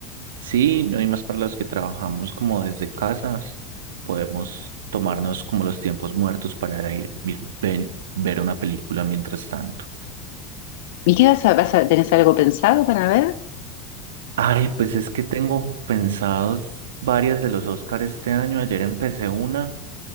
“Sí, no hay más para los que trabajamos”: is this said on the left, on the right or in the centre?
Right